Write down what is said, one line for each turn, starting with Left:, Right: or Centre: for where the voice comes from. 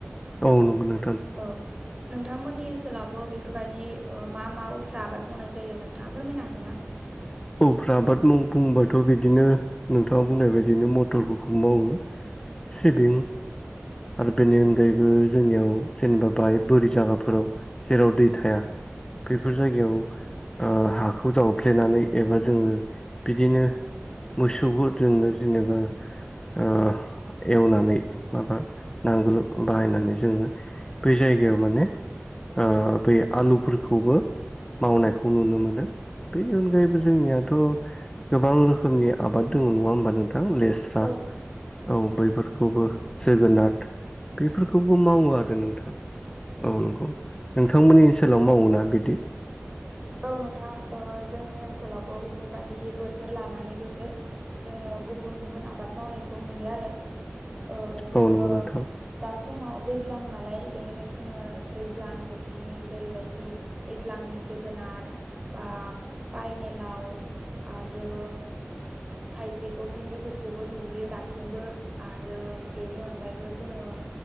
Left: औ नंगौ नों
Right: औ। नोंथांमोननि ओनसोलावबो बेफोरबायदि ओ मा- मा उफ्रा आबाद मावनाय जायो नोंथाङा फोरमायनो हागोनना?
Left: उफ्रा आबाद मावना बुंबाथ' बिदिनो नोंथाङा बुंनाय बादिनो मटरफोरखौ मावो। सिबिं। आरो बेनि अनगायैबो जोंनियाव जेनेबा बाहाय बोरि जायगाफोराव जेराव दै थाया बेफोर जायगायाव ओ हाखौ जावफ्लेनानै एबा जोङो बिदिनो मोसौफोरजोंनो जेनेबा ओ एवनानै माबा नांगोल बाहायनानै जोङो बै जायगायाव माने ओ बै आलुफोरखौबो मावनायखौ नुनो मोनो। बेनि अनगायैबो जोंनियाथ' गोबां रोखोमनि आबाद दङ नङा होमबा नोंथां? लेस्रा।
Right: औ
Left: औ, बैफोरखौबो जोगोनार बेफोरखौबो मावो आरो नोंथां। औ नंगौ नोंथांमोननि ओनसोलाव मावोना बिदि?
Right: औ नोंथां ओ जोंनि ओनसोलावबो बेफोरबादि बोथोर लानानै बोथोर जोङो गुबुन- गुबुन आबाद मावनायखौ नुयो आरो ओ जोङो
Left: औ नंगौ नोंथां
Right: दा समाव दैज्लां नालाय बेनिखाय जोङो दैज्लां बोथोरनि जेरैबायदि दैज्लांनि <unintelligible> जोगोनार बा बानिलाव आरो खायसेखौ भिन्दिफोरखौबो नुयो दासिमबो आरो बेनि अनगायैबो जोङो